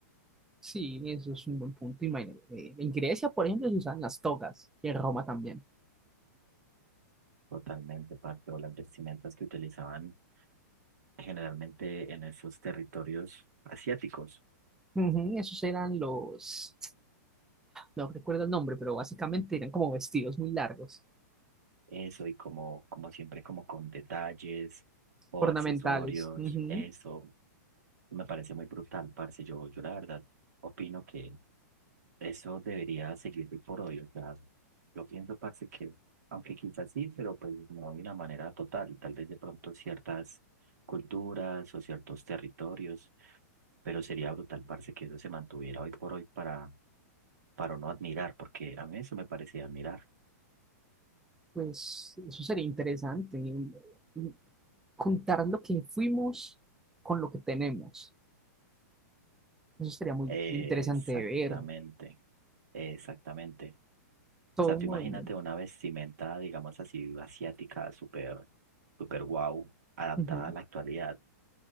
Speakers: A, in the centre; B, on the right.
A: Sí, eso es un buen punto. Imagínate, eh, en Grecia, por ejemplo, se usaban las togas, y en Roma también.
B: Totalmente, parte o las vestimentas que utilizaban generalmente en esos territorios asiáticos.
A: Ujú, esos eran los, no recuerdo el nombre, pero básicamente eran como vestidos muy largos,
B: Eso, y como, como siempre, como con detalles o
A: ornamentales.
B: accesorios,
A: Ujú.
B: eso me parece muy brutal, parce. Yo, yo la verdad opino que eso debería seguir hoy por hoy. O sea, yo pienso, parce, que aunque quizás sí, pero pues no de una manera total. Tal vez de pronto ciertas culturas o ciertos territorios, pero sería brutal, parce, que eso se mantuviera hoy por hoy para, para no admirar, porque a mí eso me parecía admirar.
A: Pues eso sería interesante, mm, contar lo que fuimos con lo que tenemos. Eso sería muy,
B: Exactamente,
A: muy interesante de ver
B: exactamente.
A: todo
B: O sea,
A: un
B: tú
A: movimiento.
B: imagínate una vestimenta, digamos así, asiática, súper, súper guau, adaptada
A: Ujú.
B: a la actualidad.